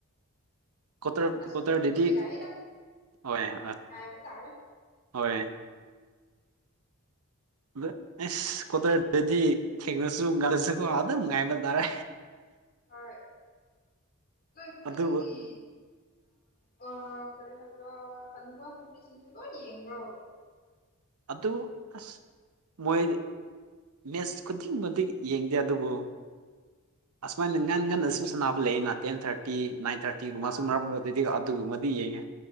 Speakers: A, on the right; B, on the left.
A: ꯀ꯭ꯋꯥꯇꯔ
B: ꯑꯁ
A: ꯀ꯭ꯋꯥꯇꯔꯗꯗꯤ
B: ꯇ꯭ꯋꯦꯞꯇꯤ ꯌꯥꯏꯑꯦꯗ
A: ꯍꯣꯏ ꯑ
B: ꯉꯥꯢꯕ ꯇꯥꯔꯦ
A: ꯍꯣꯏ ꯑ ꯑꯦꯁ ꯀ꯭ꯋꯥꯇꯔꯗꯗꯤ ꯊꯦꯡꯔꯁꯨ ꯉꯟꯂꯁꯨ ꯀꫭ ꯑꯗꯨꯝ ꯉꯥꯏꯕ ꯇꯥꯔꯦ
B: ꯍꯣꯏ ꯅꯣꯏ ꯈꯨꯟꯒꯤ
A: ꯑꯗꯨꯕꯨ
B: ꯑ ꯀꯔꯤ ꯍꯥꯏꯕ꯭ꯔ ꯍꯅꯨꯕ ꯍꯅꯨꯕꯤꯁꯤꯡꯁꯨ ꯂꯣꯏ ꯌꯦꯡꯕ꯭ꯔꯣ
A: ꯑꯗꯨ ꯑꯁ ꯃꯣꯏ ꯃꯦꯠꯁ ꯈꯨꯗꯤꯡ ꯃꯗꯤ ꯌꯦꯡꯗꯦ ꯑꯗꯨꯕꯨ ꯑꯁꯨꯃꯥꯏꯅ ꯉꯟ ꯉꯟꯅꯁꯨ ꯁꯥꯟꯅꯕ ꯂꯩꯌꯦꯅ ꯇꯦꯟ ꯊꯥꯔꯇꯤ ꯅꯥꯏꯟ ꯊꯥꯔꯇꯤꯒꯨꯝꯕ
B: ꯑꯥ
A: ꯁꯨꯝ ꯃꯔꯛ ꯑꯗꯨꯗꯤ ꯑꯗꯨꯒꯨꯝꯕꯗꯤ ꯌꯦꯡꯉꯦ